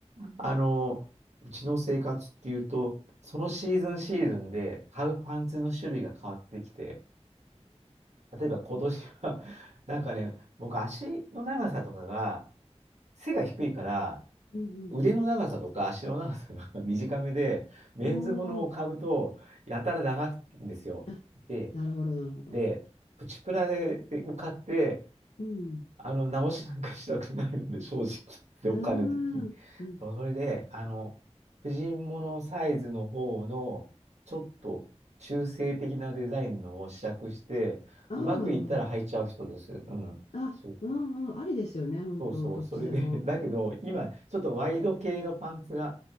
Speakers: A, on the right; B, on the left.
A: あの、うちの生活っていうと、そのシーズンシーズンで買うパンツの種類が変わってきて、例えば今年は <laughs> なんかね、僕足の長さとかが、背が低いから、
B: うんうん
A: 腕の長さとか足の長さが <laughs> 短めで、メンズものを買うと、
B: うん。おー。
A: やたら長いんですよ。
B: あ、
A: で、
B: なるほどそうですねええうんうんうんおおあなるほど。
A: で、
B: なるほど
A: プチプラで、で買って、
B: うん。
A: あの、直しなんかしたくないので、正直。で、お金的に。
B: ああ、うん。
A: そう、それで、あの、婦人物サイズの方の、ちょっと中性的なデザインのを試着して、
B: ああ、
A: うまくいったら履いちゃう人です。
B: なるほど。
A: うん。
B: あ、
A: そう。
B: うんうん、ありですよね、本当、
A: そうそう。
B: どっちでも。
A: それで、<laughs> だけど、今、ちょっとワイド系のパンツが、